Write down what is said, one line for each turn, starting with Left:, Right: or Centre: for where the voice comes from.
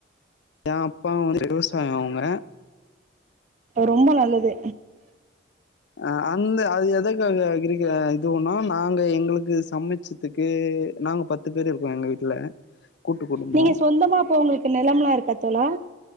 Left: ஏ அப்பா வந்து விவசாயோ அவுங்க
Right: ரொம்போ நல்லது
Left: அ அந்த அது எதக்காக இருக்க இது ஒண்ணா நாங்க எங்குளுக்கு சமச்சு இதுக்கு நாங்க பத்து பேர் இருக்கோ எங்க வீட்ல கூட்டு குடும்போ
Right: நீங்க சொந்தமா அப்போ உங்களுக்கு நிலம்ல்லா இருக்காத் தோழா